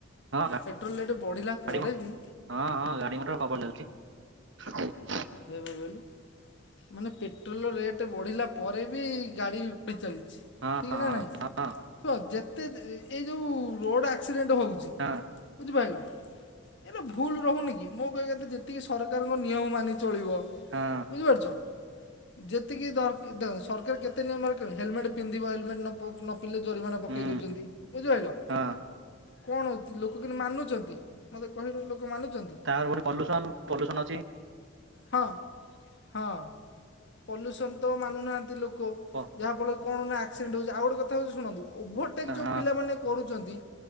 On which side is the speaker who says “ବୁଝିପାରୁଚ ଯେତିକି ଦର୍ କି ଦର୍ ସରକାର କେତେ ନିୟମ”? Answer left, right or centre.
Left